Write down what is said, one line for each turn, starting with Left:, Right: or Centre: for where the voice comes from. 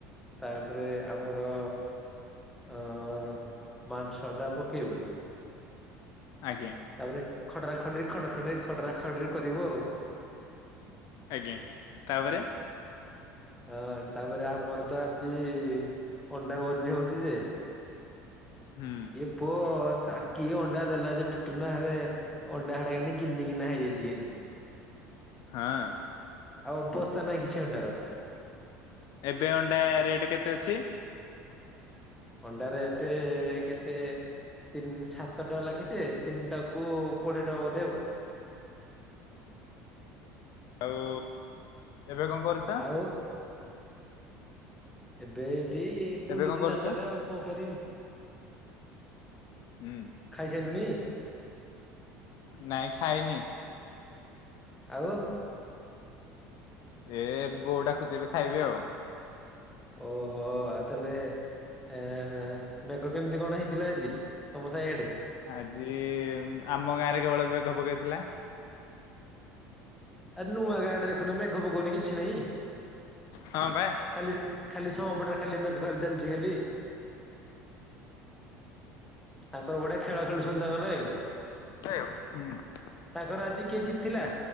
Centre: ତା' ପରେ ଆମର ଅଁ-ଅ ମାଂସ ଟା ପକେଇବୁ।
Left: ଆଜ୍ଞା।
Centre: ତା'ପରେ ଖଡ୍ରା ଖର୍ଡି ଖଡ୍ରା ଖଡି ଖଡ୍ରା ଖର୍ଡି କରିବୁ ଆଉ।
Left: ଆଜ୍ଞା ତା'ପରେ?
Centre: ହଁ, ତା'ପରେ ଆମର ତ ଆଜି ଅଣ୍ଡା ଭୋଜି ହଉଛି ଯେ
Left: ହୁଁ।
Centre: ଏ ପୁଅ ତା କିି ଅଣ୍ଡା ଦେଲା, ଯେ ଟୁଟୁନା ହେଡେ ଅଣ୍ଡା ହେରା କାନି ଗିନିଗିନା ହେଇଯାଇଛି କାନି।
Left: ହଁ।
Centre: ଆଉ, ଅବସ୍ଥା ନାହିଁ କିଛି ଅଣ୍ଡା ର।
Left: ଏବେ ଅଣ୍ଡା ରେଟ୍ କେତେ ଅଛି?
Centre: ଅଣ୍ଡା ରେଟେ ଏ କେତେ? ତିନି ସାତ ଟଙ୍କା ଲାଖେଯେ, ତିନିଟା କୁ କୋଡିଏ ଟଙ୍କା ବୋଧେ ଆଉ।
Left: ଆଉ, ଏବେ କଣ କରୁ
Centre: ଆଉ। ଏବେ ଏଇଠି-ଇ, ବୁଲୁଚି
Left: ଏବେ କଣ କରୁଛ?
Centre: ଦାଣ୍ଡରେ ଆଉ କଣ କରିବି?
Left: ହୁଁ
Centre: ଖାଇ ସାଇଲୁଣିି?
Left: ନାଇଁ ଖାଇନି।
Centre: ଆଉ।
Left: ଏ ବୋଉ ଡାକୁଛି ଏବେ ଖାଇବି ଆଉ
Centre: ଓହୋ ଆ ତାହେଲେ ଏ ମେଘ କେମିତି କଣ ହେଇଥିଲା ଆଜି ତମ ସାହିଆଡେ
Left: ଆଜି ଆମ ଗାଁରେ କେବଳ ମେଘ ପକେଇଥିଲା
Centre: ଆଉ ନୂଆ ଗାଁଡେ ଦେଖୁନୁ ମେଘ ପକଉନି କିଛି ନାହିଁ
Left: ହଁ ଭା-
Centre: ଖାଲି ଖାଲି ସମ ପେଟରେ ଖାଲି ମେ ଖାଲି ଚାଲିଛି ଖାଲି ତାଙ୍କର ଗୋଟେ ଖେଳ ଖେଳୁଛନ୍ତି ତାଙ୍କ ପାଇଁ ଆଉ
Left: <unintelligible> ହୁଁ
Centre: ତାଙ୍କର ଆଜି କେ ଜିିତିଲା